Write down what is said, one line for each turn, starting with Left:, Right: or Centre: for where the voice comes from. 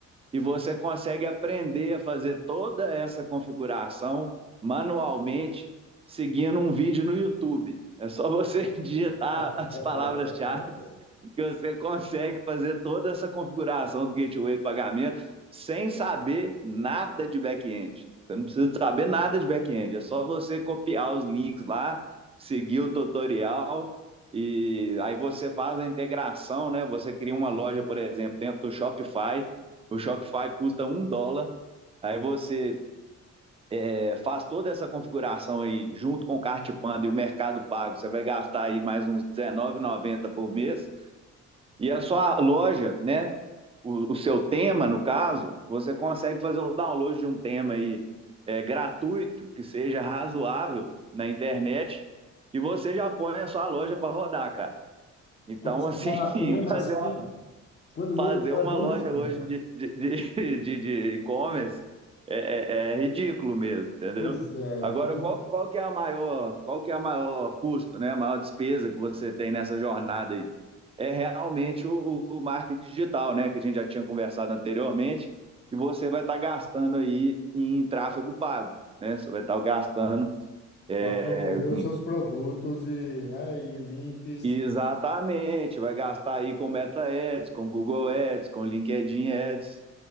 Right: e você consegue aprender a fazer toda essa configuração manualmente seguindo um vídeo no YouTube. É só você <laughs> digitar
Left: <laughs>
Right: as palavras-chave que você consegue fazer toda essa configuração do gateway de pagamento sem saber nada de back-end. Você não precisa saber nada de back-end, é só você copiar os links lá, seguir o tutorial e aí você faz a integração, né? Você cria uma loja, por exemplo, dentro do Shopify. O Shopify custa um dólar. Aí você é, faz toda essa configuração aí junto com o Cartpanda e o Mercado Pago. Você vai gastar aí mais uns R$19,90 por mês. E a sua loja, né? O, o seu tema, no caso, você consegue fazer o download de um tema aí é, gratuito, que seja razoável na internet, e você já põe a sua loja para rodar, cara. Então,
Left: Quando se
Right: assim,
Left: fala
Right: <laughs>
Left: tema
Right: fazer
Left: assim, quando vo-
Right: fazer uma
Left: é bem
Right: loja
Left: simples.
Right: hoje de, de, de, <laughs> de de e-commerce é, é, é ridículo mesmo, entendeu?
Left: Pois é,
Right: Agora,
Left: pois
Right: qual, qual que é a maior, qual que é a maior custo, né? A maior despesa que você tem nessa jornada aí? É realmente o, o marketing digital, né? Que a gente já tinha conversado anteriormente, e você vai estar gastando aí em tráfego pago, né? Você vai estar gastando é,
Left: para promover os seus produtos e, né, e links.
Right: exatamente, vai gastar aí com Meta Ads, com Google Ads, com LinkedIn Ads,